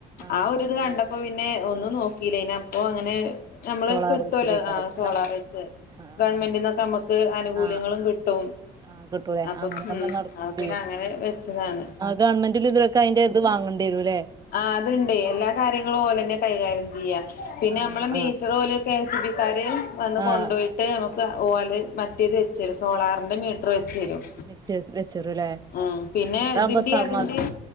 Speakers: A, on the right; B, on the left.
A: ആഹ്
B: ആഒരു ഇത്
A: നല്ല
B: കണ്ടപ്പൊ പി ന്നെ ഒന്നും നോക്കീല്ല പിന്നപ്പോ അങ്ങനെ നമ്മള്
A: സോളാർ
B: ക്ക് കിട്ടോല്ലോ
A: വെച്ചതേക്കാരം
B: ആഹ് സോളാർ വെച്ച്
A: ആഹ്
B: ഗവൺമെന്റിന്നൊക്കെ അമ്മക്ക് ആനുകൂല്യങ്ങളും
A: ആഹ്
B: കിട്ടും
A: ആഹ് കിട്ടൂലേ
B: അപ്പൊ
A: അങ്ങനെയാവുമ്പോ
B: ഉം
A: നടക്കും
B: അപ്പപിന്നെ
A: ചെയ്യും
B: അങ്ങനെ വെച്ചതാണ്
A: ആഹ് ഗവൺമെന്റിലിത് വെക്കാൻ അയ്ന്റെ ഇത് വാങ്ങണ്ടെരുലെ?
B: ആഹ് അത്ണ്ട് എല്ലാ കാര്യങ്ങളും ഓലെന്നെ കൈകാര്യം ചെയ്യാ പിന്നെ
A: ആഹ്
B: നമ്മളെ മീറ്ററ്
A: ആഹ്
B: ഓല് കെ എസ് സി ബിക്കാര് വന്ന് കൊണ്ടോയിട്ട്
A: ആഹ്
B: നമുക്ക് ഓല് മറ്റേത് വെച്ചരും സോളാറിന്റെ മീറ്റർ വെച്ചെരും
A: മെറ്റേഴ്സ് വെച്ചരുല്ലേ
B: ഉം പിന്നെ
A: അതാകുമ്പോ
B: ഇതിന്റെം
A: സമാധാ
B: അതിന്റിം